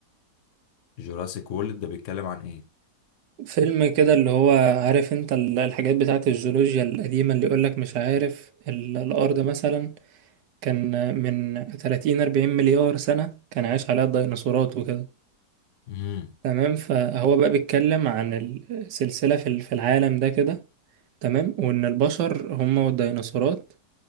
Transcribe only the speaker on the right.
فيلم كده اللي هو عارف انت ال- الحاجات بتاعت الجيولوجيا القديمة اللي يقولك مش عارف ال- الأرض مثلا كان من 30 40 مليار سنة كان عايش عليها الديناصورات وكده
تمام فهو بقى بيتكلم عن السلسلة في في العالم ده كده تمام وإن البشر هم والديناصورات